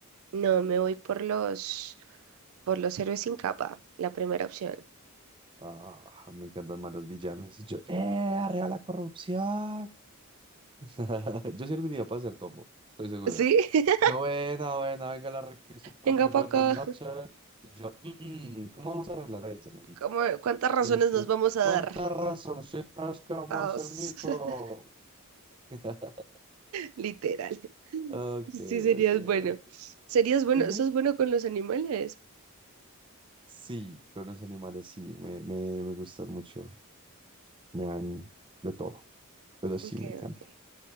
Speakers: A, on the right; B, on the right.
A: no, me voy por los, por los héroes sin capa, la primera opción.
B: Ah, me encantan más los villanos. <laughs> Yo, ¡eh, arriba la corrupción! <laughs> Yo serviría para ser Tombo, estoy seguro.
A: ¿Sí? <laughs>
B: Yo, buena, buena, venga la requisita,
A: Venga
B: muy
A: para
B: buenas
A: acá.
B: noches. Yo, "Mm, mm, ¿cómo vamos a arreglar ahí, señorita?
A: ¿Cómo- cuántas razones
B: Dice,
A: nos vamos a
B: Con
A: dar?
B: tal razón, soy como
A: Todos.
B: a ser mi hijo.
A: <laughs>
B: <laughs>
A: Literal.
B: Ok,
A: Sí, serías
B: ok,
A: bueno.
B: ok.
A: Serías bueno.
B: ok.
A: ¿Sos bueno con los animales?
B: Sí, con los animales sí, me, me, me gustan mucho. Me dan de todo, pero sí
A: Ok,
B: me encantan.
A: ok.